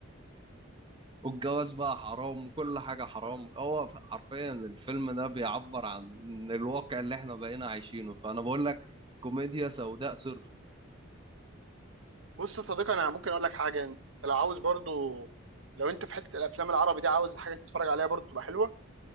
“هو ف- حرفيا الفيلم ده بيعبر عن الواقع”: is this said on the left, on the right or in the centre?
Right